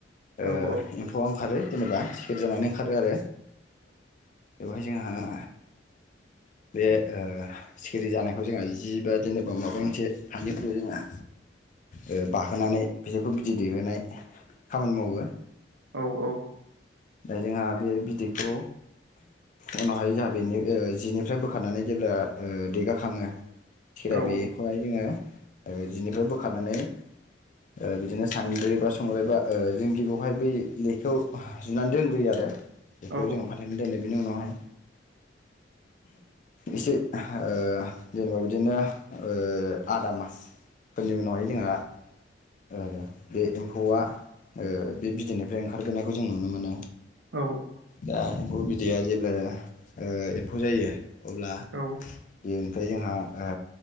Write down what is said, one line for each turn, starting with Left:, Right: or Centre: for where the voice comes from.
Left: ओ
Right: ओं
Left: एम्फौआ ओंखारो जेनेबा खिर जानानै ओंखारो आरो बेवहाय जोंहा बे ओ सिखिरि जानायखौ जोंहा जि बा जेनेबा माबा मोनसे फालिफोराव जोंहा ओ बाहोनानै बेसोरखौ बिदै दैहोनाय खामानि मावो
Right: औ औ
Left: दा जोंहा बे बिदैखौ उनावहाय जोंहा बेनि जिनिफ्राय बोखारनानै जेब्ला देगाखाङो खिरा
Right: औ
Left: बेखौहाय जोङो ओ जिनिफ्राय बोखारनानै ओ बिदिनो संद्रि बा संग्राय बा ओ जों गिबियावहाय बै लेखायाव जुनानै दोंग्रोयो आरो जेखायाव
Right: औ
Left: जोङो फानथेनानै दोनो बेनि उनावहाय एसे ओ जेनेबा बिदिनो ओ आदा मासफोरनि उनावहाय जोंहा ओ बे एम्फौआ ओ बे बिदैनिफ्राय ओंखारबोनायखौ जों नुनो मोनो
Right: औ
Left: दा एम्फौ बि दैया जेब्ला ओ एम्फौ जायो अब्ला
Right: औ
Left: बेयो ओमफ्राय जोंहा ओ